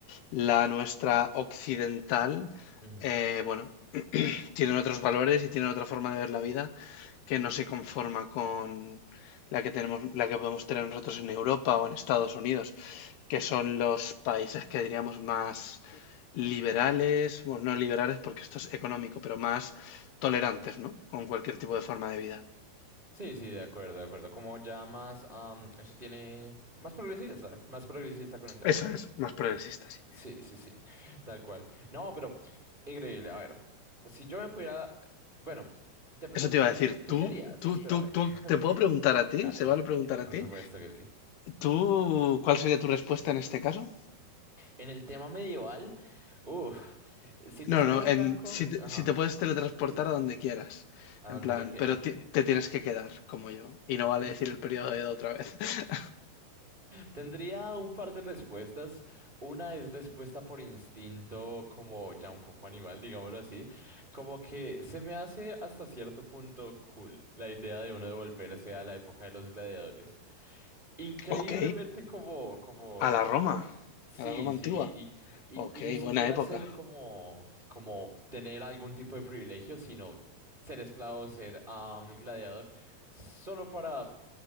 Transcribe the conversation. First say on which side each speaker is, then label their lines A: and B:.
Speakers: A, on the left (about 80°); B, on the right (about 25°).
A: la nuestra occidental,
B: ujú.
A: eh, bueno, tienen otros valores y tienen otra forma de ver la vida que no se conforma con la que tenemos, la que podemos tener nosotros en Europa o en Estados Unidos, que son los países que diríamos más liberales, bueno, no liberales porque esto es económico, pero más tolerantes, ¿no? Con cualquier tipo de forma de vida.
B: Sí, sí, de acuerdo, de acuerdo. Como ya más, am, eso tiene más progresista, más progresista con el tema.
A: Eso es, más progresista, sí.
B: Sí, sí, sí, tal cual. No, pero increíble. A ver, si yo me pudiera, bueno, te pregunto,
A: Eso te iba a decir,
B: ¿tú
A: tú,
B: qué harías?
A: tú,
B: Espérame.
A: tú, tú,
B: <laughs>
A: te puedo preguntar a ti,
B: Dale,
A: se vale preguntar
B: por
A: a ti,
B: supuesto que sí.
A: ¿tú cuál sería tu respuesta en este caso?
B: En el tema medieval, uff, si te
A: No,
B: soy
A: no,
B: muy franco,
A: en, si, te,
B: ajá,
A: si te puedes teletransportar
B: sí, sí,
A: a donde quieras,
B: a
A: en
B: donde
A: plan,
B: yo quiera.
A: pero ti- te, tienes que quedar como yo, y no vale
B: Ten-
A: decir el periodo de edad otra vez. <laughs>
B: Tendría un par de respuestas. Una es respuesta por instinto, como ya un poco animal, digámoslo así. Como que se me hace hasta cierto punto cool la idea de uno devolverse a la época de los gladiadores. Increíblemente
A: Ok,
B: como, como
A: a la Roma,
B: Sí,
A: a la Roma antigua.
B: sí, y,
A: Ok,
B: y, y ni siquiera
A: buena época.
B: ser como, como tener algún tipo de privilegio, sino ser esclavo, ser ah, un gladiador, solo para